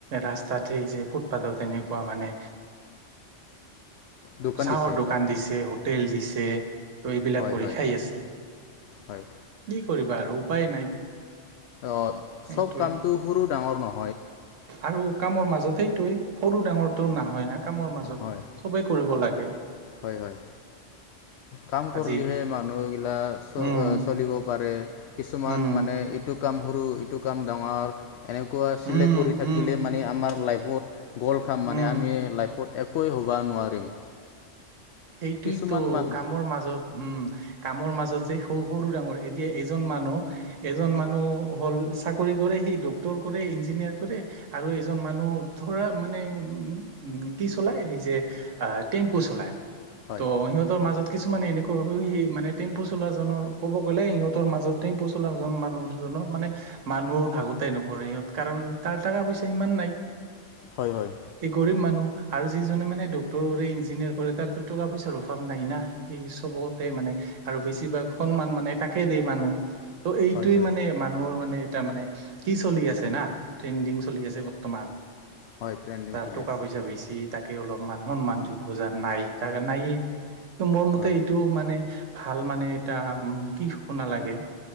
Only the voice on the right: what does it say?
ৰাস্তাত সেই যে ফুটপাথত এনেকুৱা মানে
চাহৰ
দোকান দিছে হোটেল দিছে ত এইবিলাক
কৰি
খায় আছে,
কি কৰিবা আৰু উপায় নাই।
সেইটোৱে
আৰু কামৰ মাজত সেইটে সৰু ডাঙৰটো নহয় ন কামৰ মাজত
চবেই কৰিব লাগে
আজি
উম
উম,
উম,
উম,
উম,
সেইটোয়তো
কামৰ মাজত উম কামৰ মাজত যে সৰু সৰু ডাঙৰ এতিয়া এজন মানুহ এজন মানুহ হ'ল চাক কৰে সেই ডক্টৰ কৰে ইঞ্জিনিয়াৰ কৰে আৰু এজন মানুহ ধৰা মানে ও ও উম কি চলাই এই যে টেম্পু চলাই
ত' সহতৰ মাজত কিছুমানে এনেকুৱা সেই মানে টেম্পু চলাাজনৰ ক'ব গ'লে সিহঁৰ মাজত টেম্পু চলাাজ মানুহ মানে মানুহৰ ভাগোতেই নপৰে সিহঁত কাৰণ তাৰ টকা পইচা ইমান নাই
এই গৰীব মানুহ আৰু যিজনে মানে ডক্টৰ কৰে ইঞ্জিনিয়াৰ কৰে তাৰ টকা পইচাৰ অভাৱ নাই না স চবতে মানে আৰু বেছিভাগ সন্মান মানে তাকে দিয় মানুহ ত' এইটোৱে
মানে মানুহৰ মানে তাৰ মানে কি চলি আছে না ট্ৰেণ্ডিং চলি আছে বৰ্তমান
তাৰ
টকা
পইচা বেছি তাকে অলপমান সন্মান দিব যাৰ নাই তাক নায়ে, ত মোৰ মতে
এইটো মানে ভাল মানে এটা উ কি শপনা লাগে,